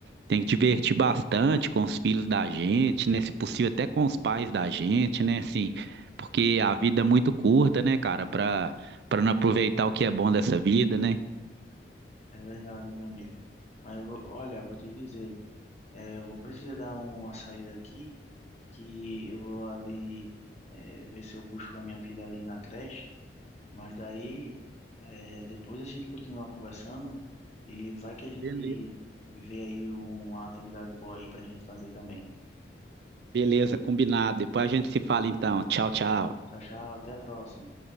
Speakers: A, on the right; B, on the left.
A: tem que divertir bastante com os filhos da gente, né? Se possível, até com os pais da gente, né? Assim, porque a vida é muito curta, né, cara? Para para não aproveitar o que é bom dessa vida, né?
B: É verdade, meu amigo. Mas eu vou, olha, eu vou te dizer, é, eu vou precisar dar uma saída aqui, que eu vou ali, é, ver se eu busco a minha filha ali na creche. Mas daí, eh, depois a gente continua conversando e vai que a gente
A: Beleza.
B: vê aí uma atividade boa aí pra gente fazer também.
A: Beleza, combinado. Depois a gente se fala então. Tchau, tchau.
B: Tchau, tchau, até a próxima.